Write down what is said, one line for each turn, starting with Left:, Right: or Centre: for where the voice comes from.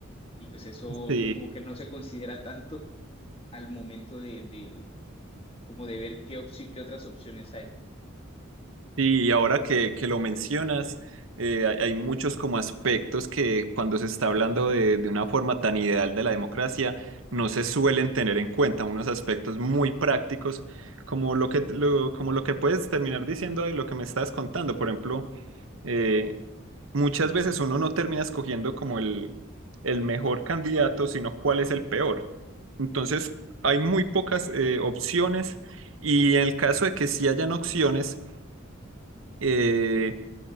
Left: Y pues eso
Right: Sí.
Left: como que no se considera tanto al momento de, de como de ver qué, opci- qué otras opciones hay.
Right: Sí, Y ahora que, que lo mencionas, eh, hay, hay muchos como aspectos que cuando se está hablando de, de una forma tan ideal de la democracia, no se suelen tener en cuenta, unos aspectos muy prácticos, como lo que, lo- como lo que puedes terminar diciendo y lo que me estás contando. Por ejemplo, eh, muchas veces uno no termina escogiendo como el, el mejor candidato, sino cuál es el peor. Entonces, hay muy pocas eh, opciones y en el caso de que sí hayan opciones, eh,